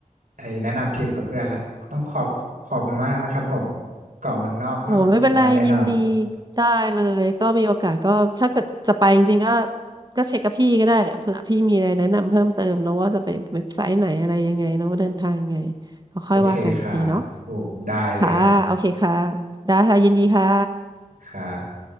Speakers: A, on the right; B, on the right.
A: ไอ้แนะนำทริปกับเพื่อนละต้องขอบขอบมากนะครับผมเกาะมันนอกเนาะได้แน่นอน
B: โอ้โหไม่เป็นไรยินดีได้เลยก็มีโอกาสก็ถ้าเกิดจะไปจริงๆก็ก็เช็คกับพี่ก็ได้เนี่ยเผื่อพี่มีอะไรแนะนำเพิ่มเติมเนอะว่าจะไปเว็บไซต์ไหนอะไรยังไงเนอะว่าเดินทางยังไงก็ค่อยว่ากันอีกทีเนาะ
A: โอเคครับโอ้ได้เลยฮะ
B: ค่ะโอเคค่ะได้ค่ะยินดีค่ะ
A: ครับ